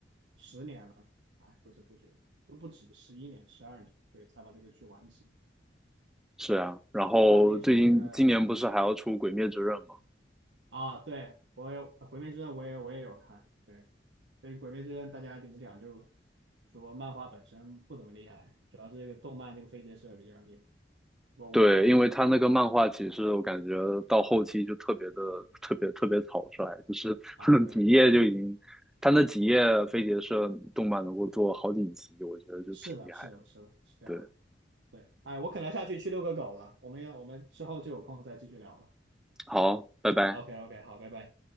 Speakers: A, on the right (about 80°); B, in the centre.
A: 十年了，哎，不知不觉都不止十一年、十二年，对，才把这个剧完结。
B: 是啊。然后最近今年不是还要出《鬼灭之刃》吗？
A: 他那个上面的，嗯啊，对我也《鬼灭之刃》，我也我也有看，对。所以《鬼灭之刃》，大家怎么讲就说漫画本身不怎么厉害，主要是这个动漫这个飞碟社比较厉害。我我也同意这一点
B: 对，因为他那个漫画其实我感觉到后期就特别的特别特别草率，就是
A: 啊，
B: <laughs>
A: 对，
B: 几页就已经，他那几页飞碟社动漫能够做好几集，我觉得就挺厉害的。
A: 是的，是的，是的，是这样。
B: 对，
A: 对，哎，我可能下去去遛个狗了，我们要我们之后就有空再继续聊了。
B: 好，拜拜。
A: OK OK，好，拜拜。